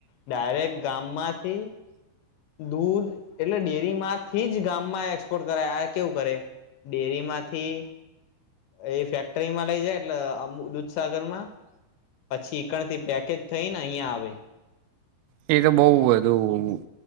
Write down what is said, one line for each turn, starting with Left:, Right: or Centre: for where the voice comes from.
Left: ડાયરેક્ટ ગામમાંથી દૂધ એટલે ડેરીમાંથી જ ગામમાં એક્સપોર્ટ કરાય આ કેવું કરે ડેરીમાંથી એ ફેક્ટરી માં લઈ જાય એટલે દૂધસાગર માં પછી ઈકણ થી પેકેટ થઈ ને અહિયાં આવે.
Right: એ તો બઉ બધું.